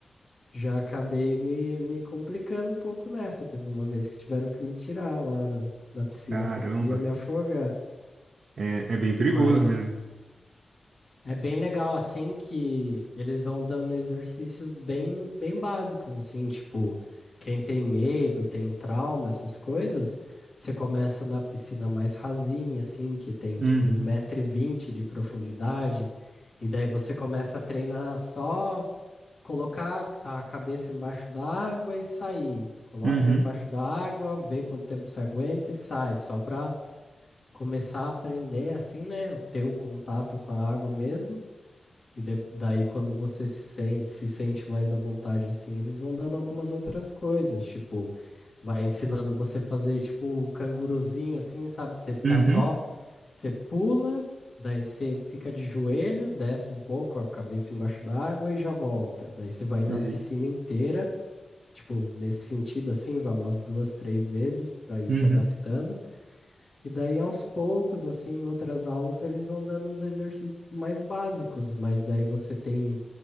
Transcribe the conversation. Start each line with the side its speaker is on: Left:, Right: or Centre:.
Left: Já acabei me, me complicando um pouco nessa. Teve uma vez que tiveram que me tirar lá da, da piscina
Right: Caramba.
Left: que eu ia me afogar.
Right: É, é bem perigoso
Left: Mas
Right: mesmo.
Left: É bem legal assim que eles vão dando exercícios bem bem básicos assim, tipo, quem tem medo, tem trauma, essas coisas, você começa na piscina mais rasinha assim, que tem
Right: Uhum.
Left: tipo um metro e vinte de profundidade, e daí você começa a treinar só colocar a cabeça embaixo da água e sair. Coloca
Right: Uhum.
Left: embaixo da água, vê quanto tempo você aguenta e sai, só para começar a aprender assim, né, ter o contato com a água mesmo. E de- daí, quando você se sen- se sente mais à vontade, assim, eles vão dando algumas outras coisas, tipo, vai ensinando você a fazer, tipo, o canguruzinho, assim, sabe? Você ficar
Right: Uhum.
Left: só, você pula, daí você fica de joelho, desce um pouco, a cabeça embaixo d'água e já volta. Daí você vai na
Right: Sei.
Left: piscina inteira, tipo, nesse sentido, assim, vai umas duas, três vezes para ir
Right: Uhum.
Left: se adaptando. E daí, aos poucos, assim, em outras aulas, eles vão dando uns exercícios mais básicos, mas daí você tem